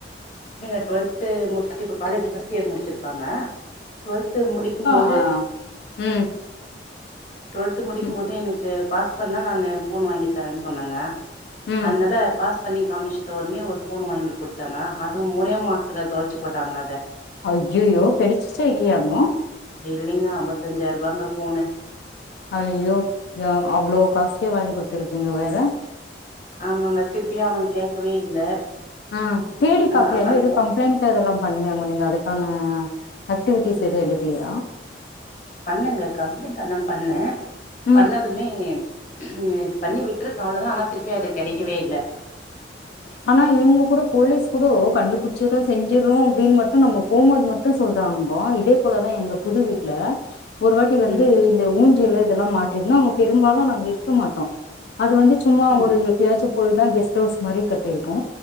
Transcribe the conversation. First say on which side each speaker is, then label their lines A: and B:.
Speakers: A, on the left (about 45°); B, on the left (about 70°).
A: நீங்க டுவெல்து முடிச்சுட்டு இப்ப காலேஜு ஃபர்ஸ்ட் இயர் முடிச்சிருக்காங்க டுவெல்து முடிக்கும் போ
B: ஆ ம்
A: டுவெல்து முடிக்கும்
B: ம்
A: போது எனக்கு பாஸ் பண்ணா நானு ஃபோன் வாங்கி தரேன்னு சொன்னங்க
B: ம்
A: அனால பாஸ் பண்ணி காமிச்சிட்ட ஒடனே ஒரு ஃபோன் வாங்கி குடுத்தேங்க அதுவு மூனே மாச் த்துல தொலச்சு போட்டாங்க அத
B: ஐயய்யோ கேட்டசிச்சா இல்லையாங்கோ
A: இல்லைங்க அம்பத்தஞ்சாயிர ரூபாங்க ஃபோனு
B: ஐயோ ஏ அவ்ளோ காஸ்ட்லியா வாங்கி குடுத்துருக்கீங்க வேற
A: ஆமாங்க திருப்பியு அவ கேக்கவே இல்ல
B: அ தேடி பாக்லியாங்க
A: ஆ அது
B: எது
A: போ
B: கம்ப்ளைண்ட் அதெலா பண்ணாங்க நீங்க அதுக்கான அக்டிவிட்டீஸ் எது எடுக்லியா
A: பண்ணங்க கம்ப்ளைண்ட் அல்லாம் பண்ண
B: ம்
A: பண்ணதுமே உம் பண்ணி விட்ருக்க அவ்ளதா ஆனா திருப்பி அது கெடைக்கவே இல்ல
B: <inaudible> ஆனா இவுங்க கூட போலீஸ் கூடோ கண்டுபுடிச்சிறோ செஞ்சிர்றோ அப்டின் மட்டு நம்ம போம்போது மட்டு சொல்றாங்க இப்போ இதேபோலதா எங்க புது வீட்ல ஒரு வாட்டி வந்து
A: ம்
B: இந்த ஊஞ்சலு இதெலா மாட்டிருந்தோ அங்க பெரும்பாலு நாங்க இருக்க மாட்டோ அது வந்து சும்மா
A: ம்
B: ஒரு எப்பியாச்ச போய்தா கெஸ்ட் ஹவுஸ் மாரி கட்டிருக்கு